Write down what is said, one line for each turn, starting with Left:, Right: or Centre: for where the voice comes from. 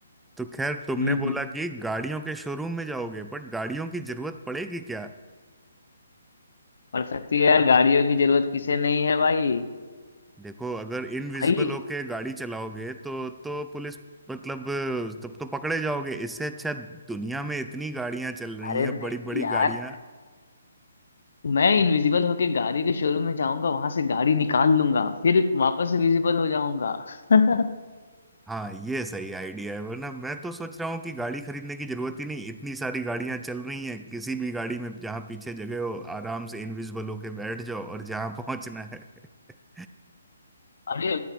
Centre: तो खैर तुमने
Left: हम्म
Centre: बोला
Left: हम्म
Centre: कि गाड़ियों के शोरूम में जाओगे बट गाड़ियों की जरूरत पड़ेगी क्या
Left: पड़ सकती है यार गाड़ियों की जरूरत किसे नहीं है भाई
Centre: देखो अगर इनविजिबल
Left: भाई
Centre: होके गाड़ी चलाओगे तो तो पुलिस मतलब तब तो पकड़े जाओगे इससे अच्छा दुनिया में इतनी गाड़ियां चल रही
Left: अरे
Centre: हैं
Left: नहीं
Centre: बड़ी बड़ी
Left: यार
Centre: गाड़ियां
Left: मैं इनविजिबल होके गाड़ी के शोरूम में जाऊंगा वहां से गाड़ी निकाल लूंगा फिर वापस से विजिबल हो जाऊंगा <laughs>
Centre: हाँ ये सही आइडिया है वरना मैं तो सोच रहा हूँ कि गाड़ी खरीदने की जरूरत ही नहीं इतनी सारी गाड़ियां चल रही हैं किसी भी गाड़ी में जहां पीछे जगह हो आराम से इनविजिबल होके बैठ जाओ और जहां पहुंचना है <laughs>
Left: अरे